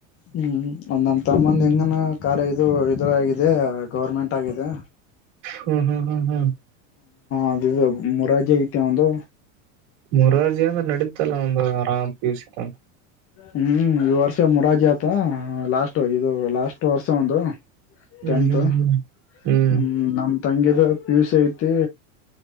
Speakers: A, on the left; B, on the right.
A: ಹ್ಮ್ ಒಂದ್ ನಮ ತಮ್ಮಂದ್
B: ಹ್ಮ್
A: ಹೆಂಗನ ಕಾಲೇಜು ಇದು ಆಗಿದೆ ಗೌರ್ಮೆಂಟ್ ಆಗಿದೆ.
B: ಹ್ಮ್ ಹ್ಮ್ ಹ್ಮ್ ಹ್ಮ್
A: ಅದು ಮುರಾಜಿ ಐತೆ ಅವಂದು.
B: ಮೂರಾರ್ಜಿ ಅಂದ್ರ ನಡೀತಲ್ಲ ಅವಂದ ಆರಾಮ್ ಪಿಯುಸಿ ತನ.
A: ಹ್ಮ್ ಈ ವರ್ಷೆ ಮುರಾರ್ಜಿ ಆತ ಲಾಸ್ಟ್ ಇದು ಲಾಸ್ಟ್ ವರ್ಷ ಅವಂದು.
B: ಹ್ಮ್
A: ಟೆಂತ
B: ಹ್ಮ್
A: ಹ್ಮ
B: ಹ್ಮ್ ಹ್ಮ್
A: ನಮ್ ತಂಗಿದ ಪಿ ಯು ಸಿ ಐತಿ.